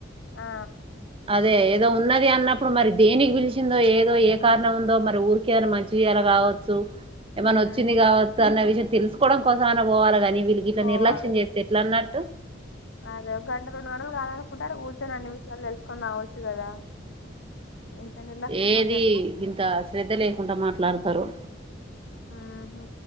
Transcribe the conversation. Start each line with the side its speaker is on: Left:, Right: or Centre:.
Left: ఆ
Right: అదే ఏ గా ఉన్నది అన్నప్పుడు మరి దేనికి పిలిచిందో ఏదో ఏ కారణం ఉందో మరి ఊరికి ఏనా మంచిర్యాల కావచ్చు ఏమన్నా
Left: ఉమ్,
Right: వచ్చింది కావ తన్న విషయం తెలుసుకోవడం కోసం ఐనా పోవాలిగాని వీళ్కి ఇట్లా
Left: పోవాలి
Right: నిర్లక్ష్యం చేప్తే ఎట్లా అన్నార్ టు
Left: అదే ఒక గంట రెండు గంటలు కాదనుకుంటే ఆడ కూచోని అన్ని విషయాలు తెలుసు కొన్ని అవచ్చు కదా ఇంత నిర్లక్ష్యంగా
Right: ఏది
Left: ఉంటే ఎట్లా
Right: ఇంత శ్రద్ధ లేకుండా మాట్లాడుతుం తరు
Left: ఉహు